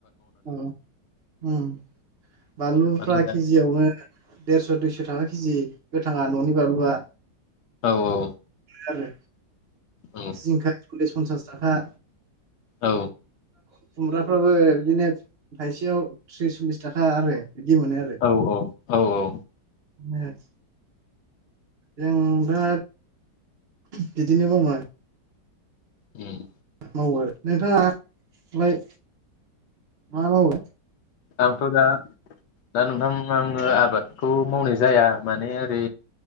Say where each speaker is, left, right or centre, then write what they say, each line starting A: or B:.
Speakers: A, on the right; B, on the left.
A: औ ओम बानलुफ्रा
B: माने दा
A: केजियावनो देरस' दुइस' थाखा के जि। गोथाङा न'नि बानलुआ
B: औ औ।
A: आरो
B: औ
A: जिंखा सललिस पन्सास जाखा
B: औ।
A: खुमब्राफ्राबो बिदिनो थाइसेयाव थ्रिस सललिस थाखा आरो। बिदि मोनो आरो
B: औ औ। औ औ।
A: <unintelligible> जों दा बिदिनो मावबा।
B: उम्म।
A: मावो आरो नोंथांङा ओमफ्राय मा मावो?
B: आंथ' दा दा नोंथां आंङो आबादखौ मावनाय जाया माने ओरै